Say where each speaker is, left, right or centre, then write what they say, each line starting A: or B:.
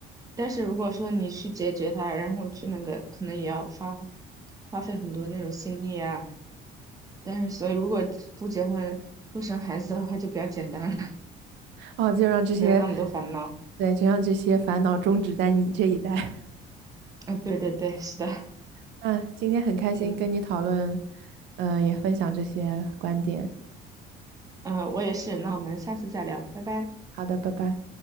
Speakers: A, on the right (about 20°); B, on the right (about 80°).
A: 但是如果说你去解决它，然后去那个，可能也要花花费很多那种心力啊。但是所以如果不结婚不生孩子的话，就比较简单了，
B: 哦，就让这些，
A: 就没有那么多烦恼。
B: 对，就让这些烦恼终止在你这一代。
A: 啊，对对对，是的，
B: <laughs> 那今天很开心跟你讨论，
A: 嗯。
B: 嗯、也分享这些观点。
A: 嗯，呃我也是。那我们下次再聊，拜拜。
B: 好的，拜拜。